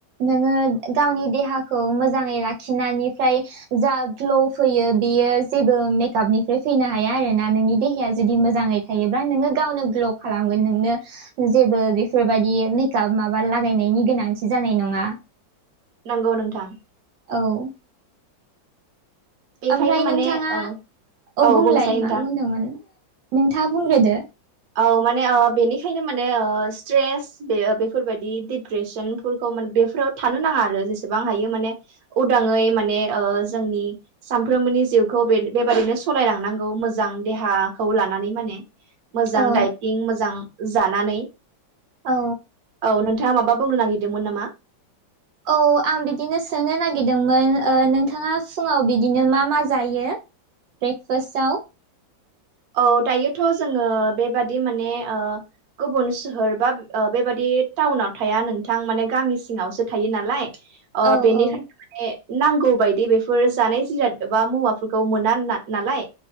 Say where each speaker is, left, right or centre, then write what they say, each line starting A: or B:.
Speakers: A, on the right (about 75°); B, on the right (about 55°).
A: नोङो गावनि देहाखौ मोजाङै लाखिनायनिफ्राय जा ग्ल' फैयो बियो जेबो मेकआपनिफ्राय फैनो हाया आरोना नोंनि देहाया जुदि मोजाङै थायोब्ला नोङो गावनो ग्ल' खालामगोन नोंनो जेबो बेफोरबायदि मेकआप माबा लागायनायनि गोनांथि जानाय नङा
B: नंगौ नोंथां
A: औ
B: बेखायनो
A: ओमफ्राय
B: माने
A: नोंथाङा
B: ओ
A: औ बुंलाय
B: बुंसाय नोंथां
A: मा बुंदोंमोन नोंथाङा बुंग्रोदो
B: औ माने बेनिखायनो माने स्ट्रेस बे बेफोरबायदि डप्रेसनफोरखौ माने बेफोराव थानो नाङा आरो जेसेबां हायो माने उदाङै माने ओ जोंनि सानफ्रोमबोनि जिउखौ बे बेबादिनो सलायलांनांगौ मोजां देहाखौ लानानै माने मोजां
A: औ
B: दाइथिं मोजां जानानै
A: औ
B: औ नोंथाङा माबा बुंनो नागिरदोंमोन नामा?
A: औ आं बिदिनो सोंनो नागिरदोंमोन नोंथाङा फुङाव ओ बिदिनो मा मा जायो? ब्रेकफासटआव
B: औ दायोथ' जोङो बेबादि माने ओ गुबुन सोहोर बा ओ बेबादि टाउनाव थाया नोंथां माने गामि सिङावसो थायो नालाय अ
A: औ
B: बेनिखाय
A: औ
B: माने नांगौ बायदि बेफोर जानाय जिराद एबा मुवाफोरखौ मोना नालाय